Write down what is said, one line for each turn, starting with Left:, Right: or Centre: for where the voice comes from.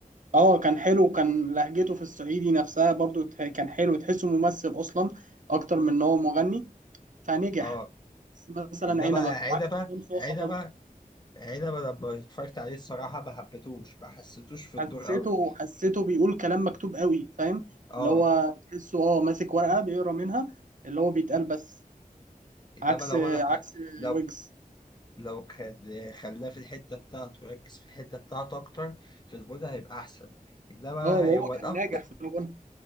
Right: اه كان حلو وكان لهجته في الصعيدي نفسها برضو تح- كان حلو تحسه ممثل اصلا اكتر من ان هو مغني فنجح
Left: اه
Right: مثلا
Left: ده
Right: عنبه
Left: بقى عدبة
Right: وعكس عصام صاصه
Left: عدبة
Right: برضو
Left: عدبة لما اتفرجت عليه الصراحة ما حبيتهوش ما حسيتوش في الدور
Right: حسيته
Left: قوي
Right: حسيته بيقول كلام مكتوب قوي فاهم
Left: اه
Right: اللي هو تحسه اه ماسك ورقه بيقرا منها اللي هو بيتقال بس
Left: انما
Right: عكس
Left: لو انا
Right: عكس
Left: لو
Right: ويجز
Left: لو كان خلاه في الحتة بتاعته ركز في الحتة بتاعته أكتر في الغنى هيبقى أحسن إنما
Right: اه وهو
Left: هو
Right: كان
Left: الأفضل
Right: ناجح في الغنى